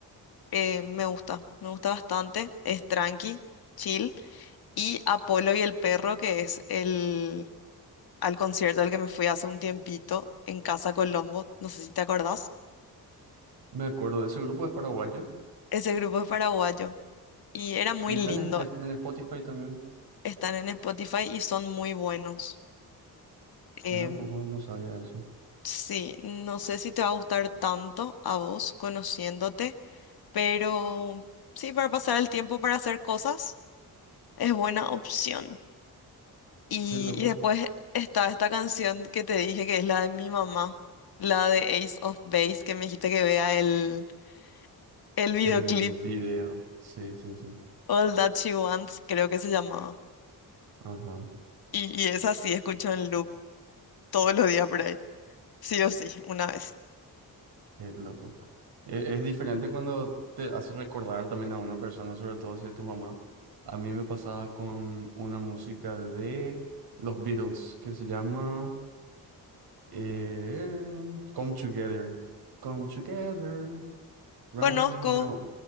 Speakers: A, on the left (about 70°); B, on the right (about 80°).
A: eh, me gusta, me gusta bastante. Es tranqui, chill. Y Apolo y el perro, que es el... al concierto al que me fui hace un tiempito en Casa Colombo, no sé si te acordás.
B: Me acuerdo, ese grupo es paraguayo
A: Ese grupo es paraguayo y era muy
B: y está
A: lindo.
B: en, es- en Spotify también.
A: Están en Spotify y son muy buenos. Em,
B: Mira un poco, no sabía eso.
A: sí, no sé si te va a gustar tanto a vos conociéndote, pero sí, para pasar el tiempo para hacer cosas es buena opción. Y,
B: Qué loco.
A: y después está esta canción que te dije que es la de mi mamá, la de Ace of Base, que me dijiste que vea el, el videoclip
B: El video. Sí, sí, sí.
A: All That She Wants, creo que se llamaba.
B: Ajá,
A: Y, y esa sí escucho en loop todos los días por ahí, sí o sí, una vez.
B: qué loco. E- Es, diferente cuando te hace recordar también a una persona, sobre todo si es tu mamá. A mí me pasaba con una música de los Beatles que se llama eh, Come Together. Come Together. Right
A: Conozco,
B: now.